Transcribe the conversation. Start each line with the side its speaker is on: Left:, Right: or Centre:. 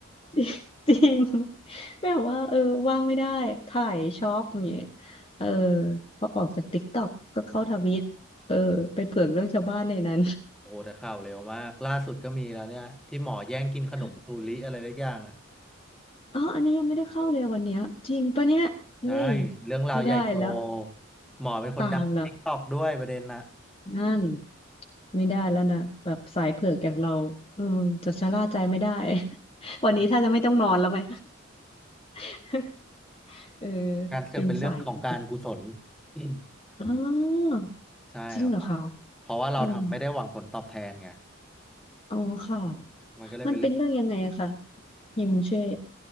Left: <laughs> จริงแบบว่าเออว่างไม่ได้ถ่ายช็อปอย่างเงี้ยเออพอออกจากติ๊กต็อกก็เข้าทวิตเออไปเผือกเรื่องชาวบ้านในนั้น
Centre: โอ้โหแต่ข่าวเร็วมากล่าสุดก็มีแล้วเนี่ยที่หมอแย่งกินขนมซูริอะไรสักอย่างอ่ะ
Left: <laughs> อ๋ออันนี้ยังไม่ได้เข้าเลยวันเนี้ยจริงปะเนี่ยเฮ้ย
Centre: ใช่เรื่องราวใหญ่โต
Left: ไม่ได้แล้ว
Centre: หมอเป็นคนดังติกตอกด้วยประเด็นนะ
Left: ตามละ นั่นไม่ได้แล้วนะแบบสายเผือกอย่างเราอืมจะชะล่าใจไม่ได้ <laughs> วันนี้ถ้าจะไม่ต้องนอนแล้วไหม
Centre: นะ
Left: <laughs> เออ
Centre: การเสือกเป็นเรื่องของการกุศล
Left: เป็นสายนั้น
Centre: อืม
Left: อ๋อ
Centre: ใช่ครับเพราะ
Left: จริงเหรอคะ
Centre: เพราะว่าเราทำไม่ได้หวังผลตอบแทนไง
Left: อืมอ๋อค่ะ
Centre: มันก็เลยเป็นเรื่องของ
Left: มันเป็นเรื่องยังไงอะคะยิมช่วย